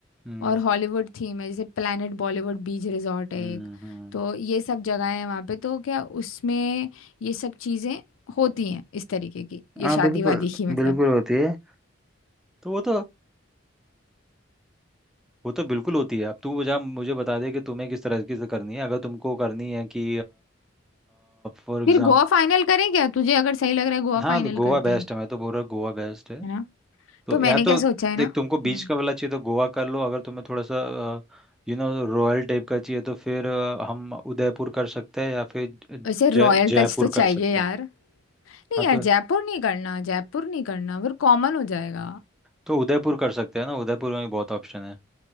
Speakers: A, in the centre; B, on the left.
A: हम्म
B: और हॉलीवुड थीम है जैसे प्लैनेट बॉलीवुड बीच रिजॉर्ट है
A: हम्म
B: एक
A: हम्म
B: तो ये सब जगहें हैं वहाँ पे तो क्या उसमें ये सब चीज़ें होती हैं इस तरीके की ये
A: हाँ
B: शादी
A: बिल्कुल
B: वादी की मतलब
A: बिल्कुल होती है तो वो तो वो तो बिल्कुल होती है अब तू मुझे मुझे बता दे कि तुम्हें किस तरह की से करनी है अगर तुमको करनी है कि फॉर एग्जाम्पल
B: फिर गोवा फाइनल करें क्या तुझे अगर सही लग रहा है गोवा
A: हाँ
B: फाइनल
A: तो गोवा
B: करते
A: बेस्ट
B: हैं
A: है मैं तो बोल रहा हूँ गोवा बेस्ट है
B: है ना
A: तो
B: तो मैंने
A: या तो
B: क्या सोचा है
A: देख
B: ना
A: तुमको बीच
B: हम्म
A: का वाला चाहिए तो गोवा कर लो अगर तुम्हें थोड़ा सा यू नो रॉयल टाइप का चाहिए तो फिर अ, हम उदयपुर कर सकते हैं या फिर जय
B: वैसे रॉयल
A: जयपुर
B: टच तो चाहिए
A: कर सकते
B: यार
A: हैं
B: नहीं
A: हाँ
B: यार
A: तो
B: जयपुर नहीं करना जयपुर नहीं करना फिर कॉमन हो जाएगा
A: तो उदयपुर कर सकते हैं ना उदयपुर में भी बहुत ऑप्शन है